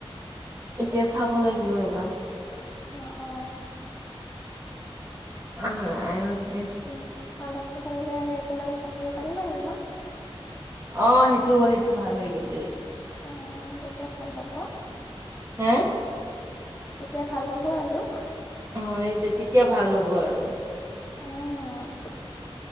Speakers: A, on the right (about 30°); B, on the left (about 15°).
A: এতিয়া
B: তাকে
A: চাব লাগিব ৰ'বা।
B: অ অ
A: অ'-অ' <unintelligible>
B: উম, <unintelligible> কৰিলে আৰু একেলগে থাকিব পাৰিম আৰু ন।
A: অ' সেইটো- সেইটো ভাল হয় কিন্তু।
B: উম, তেতিয়া ভাল হ'ব।
A: হে।
B: তেতিয়া ভাল হ'ব আৰু।
A: অ' এইটো তেতিয়া ভাল হ'ব আৰু।
B: অ'।